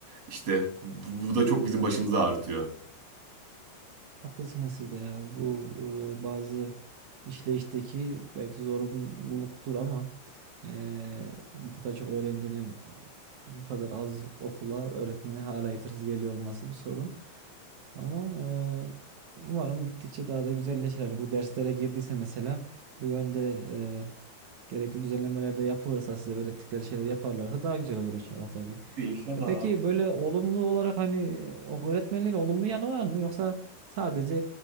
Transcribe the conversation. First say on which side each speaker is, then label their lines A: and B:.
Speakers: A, on the right; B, on the right.
A: İşte bu, bu da çok bizim başımızı ağrıtıyor.
B: Haklısınız siz de ya. Bu e, bazı işleyişteki belki zorunluluktur ama e, bu kadar çok öğrencinin e, bu kadar az okula öğretmene hala yetersiz geliyor olması bir sorun. Ama e, umarım gittikçe daha da güzelleşir. Yani Bu derslere girdiyse mesela bu yönde e, gerekli düzenlemeler de yapılırsa size öğrettikleri şeyler yaparlarsa daha güzel olur inşallah tabii.
A: İnşallah
B: E peki böyle olumlu olarak hani e, o öğretmenliğin olumlu yanı var mı? Yoksa sadece